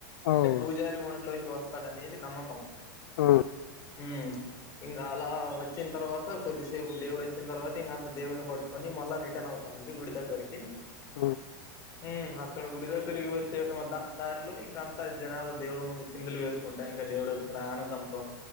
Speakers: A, on the left; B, on the left.
A: అవును.
B: అంటే పూజారి ఒంట్లో. పాస్! తనే ఏది నమ్మకం.
A: ఆ!
B: హ్మ్! ఇంకా అలా వచ్చిన తర్వాత, కొద్దిసేపు దేవుడు వచ్చిన తర్వాత ఇంకాంత దేవుడిని పట్టుకొని మళ్ళా రిటర్న్ అవుతామండి గుడి దగ్గరకి.
A: హ్మ్!
B: హ్మ్! అక్కడ గుడి దగ్గరికి వచ్చే దారిలో, ఇంక అంత జనాలు దేవుడు ముందు సిందులు వేస్తూ. ఉంటా ఇంకా దేవుడు చా ఆనందంతో.